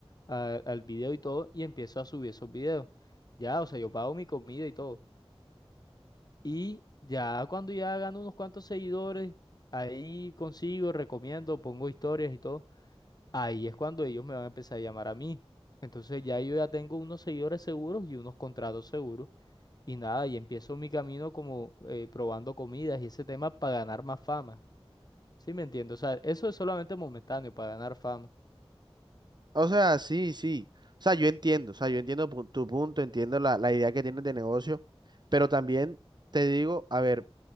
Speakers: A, on the left; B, on the right.
A: a- al video y todo, y empiezo a subir esos videos. Ya, o sea, yo pago mi comida y todo. Y ya cuando ya gano unos cuantos seguidores, ahí consigo, recomiendo, pongo historias y todo. Ahí es cuando ellos me van a empezar a llamar a mí. Entonces ya yo ya tengo unos seguidores seguros y unos contratos seguros. Y nada, y empiezo mi camino como eh, probando comidas y ese tema para ganar más fama. ¿Sí me entiendes? O sea, eso es solamente momentáneo para ganar fama.
B: O sea, sí, sí. O sea, yo entiendo, o sea, yo entiendo pu- tu punto, entiendo la, la idea que tienes de negocio, pero también te digo, a ver.